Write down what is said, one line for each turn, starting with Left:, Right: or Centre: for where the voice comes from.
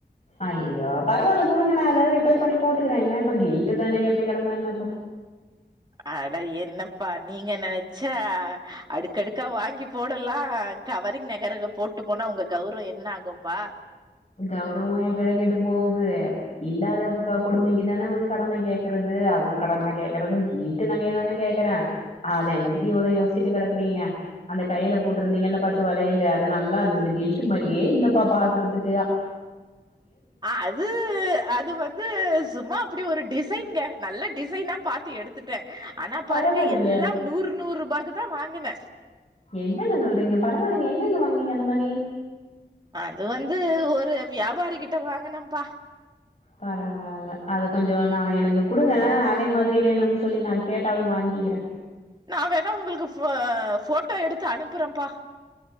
Left: அய்யோ பரவாயில்ல குடுங்க நா ஏதாது ரிப்பேர் பண்ணி போட்டுகிறே என்ன இப்ப கில்ட்டு தானே எப்டி கெடந்தா என்ன போ
Right: அட என்னப்பா நீங்க நெனச்சா அடுக்கடுக்கா வாங்கி போடலா கவரிங் நகரங்க போட்டு போனா உங்க கௌரவோ என்ன ஆகும்பா
Left: கௌரவோ எக்கேடோ கெட்டு போவுது இல்லாத கொடுமைக்கு தானே வந்து கடன கேக்றது அதுவு கடனா கேக்றது கில்ட்டு நகைய தானே கேக்றே அத என்னத்துக்கு இவ்ளோ யோசிச்சுட்டு கெடக்குறீங்க அந்த கையில போட்ருந்தீங்கலா பத்து வலையலு நல்லா இருந்தது கில்ட் மாரியே இல்லப்பா பாக்கறதுக்கு
Right: அது அது வந்து சும்மா அப்படி ஒரு டிஸ் சைன்ங்க நல்ல டிசைனா பாத்து எடுத்துட்டேன் ஆனா
Left: பரவாயில்லயே
Right: பாருங்க எல்லாம் நூறு நூறு பாக்கு தான் வாங்குனன்
Left: என்னங்க சொல்றீங்க பரவாலிங்க எங்கங்க வாங்குனீங்க அந்த மாரி
Right: அது வந்து ஒரு வியாபாரி கிட்ட வாங்கினம்ப்பா
Left: பரவாயில்ல அதை கொஞ்சம் நா எனக்கு கொடுங்க அதே மாதிரி வேணும்னு சொல்லி நான் கேட்டாவது வாங்கிக்கிறேன்
Right: நான் வேணா உங்களுக்கு போட்டோ எடுத்து அனுப்புறேன்ப்பா